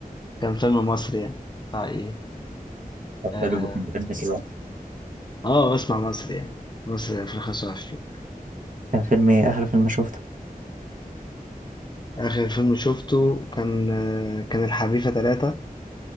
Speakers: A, on the left; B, on the right.
A: كان فيلم مصري يعني بتاع ايه
B: طب
A: اه
B: حلو كان فيلم ايه بقى؟
A: آه، بسمع مصري يعني مصري 2025
B: كان فيلم ايه آخر فيلم شفته؟
A: اخر فيلم شفته كان آه، كان الحريفة ثلاثة